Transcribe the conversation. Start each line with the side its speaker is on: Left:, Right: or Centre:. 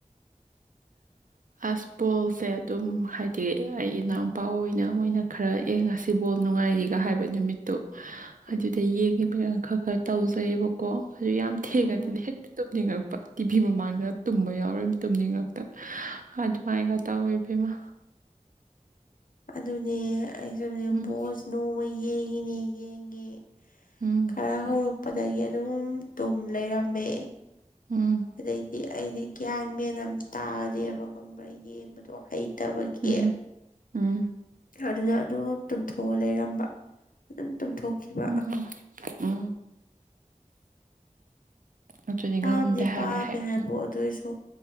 Left: <inaudible>
Right: ꯑꯁ ꯕꯣꯜꯁꯦ ꯑꯗꯨꯝ ꯍꯥꯏꯗꯤ ꯑꯩ ꯏꯅꯥꯎꯄꯥ ꯑꯣꯏꯅ ꯃꯣꯏꯅꯥ ꯈꯔ ꯑꯦ ꯉꯁꯤ ꯕꯣꯜ ꯅꯨꯡꯉꯥꯏꯔꯤꯒ ꯍꯥꯏꯕ ꯅꯨꯃꯤꯠꯇꯨ
Left: <inaudible>
Right: ꯑꯗꯨꯗ ꯌꯦꯡꯉꯤꯕꯤ ꯈꯔ-ꯈꯔ ꯇꯧꯖꯩꯑꯕꯀꯣ ꯑꯗꯨ ꯌꯥꯝ ꯊꯦꯡꯉꯗꯤꯅꯦ
Left: ꯎꯝ
Right: ꯍꯦꯛ ꯇꯨꯝꯅꯤꯡꯉꯛꯄ ꯇꯤꯚꯤ ꯃꯃꯥꯟꯗ ꯇꯨꯝꯕ ꯌꯥꯎꯔꯦ ꯇꯨꯝꯅꯤꯡꯉꯛꯄ ꯑ ꯑꯗꯨ ꯃꯥꯥꯏꯒ ꯇꯧꯏ ꯏꯕꯦꯝꯃ
Left: ꯑꯗꯨꯅꯦ ꯑꯩꯁꯨꯅꯦ
Right: ꯎꯝ
Left: ꯕꯣꯁ ꯅꯣꯡꯃ ꯌꯦꯡꯉꯤꯅꯦ ꯌꯦꯡꯉꯦ
Right: ꯎꯝ
Left: ꯈꯔ ꯍꯧꯔꯛꯄꯗꯒꯤ ꯑꯗꯨꯝ ꯇꯨꯝ ꯂꯩꯔꯝꯃꯦ
Right: ꯎꯝ
Left: ꯑꯗꯩꯗꯤ ꯑꯩꯗꯤ ꯒ꯭ꯌꯥꯟ ꯃꯦꯟ ꯇꯥꯗꯦꯕ ꯈꯪꯕ꯭ꯔꯥ ꯌꯦꯡꯕꯗꯣ ꯍꯩꯇꯕꯒꯤ
Right: ꯎꯝ ꯎꯝ
Left: ꯑꯗꯨꯗ ꯑꯗꯨꯝ ꯇꯨꯝꯊꯣꯛꯑ ꯂꯩꯔꯝꯕ ꯑꯗꯨꯝ ꯇꯨꯝꯊꯣꯛꯈꯤꯕ
Right: ꯎꯝ-ꯎꯝ ꯑꯗꯨꯗꯤ
Left: ꯄꯥꯝꯗꯤ-ꯄꯥꯝꯃꯦ
Right: ꯉꯝꯗꯦ ꯍꯥꯏꯕ ꯍꯦꯛꯇ
Left: ꯍꯥꯏꯕꯣ ꯑꯗꯨꯏꯁꯨ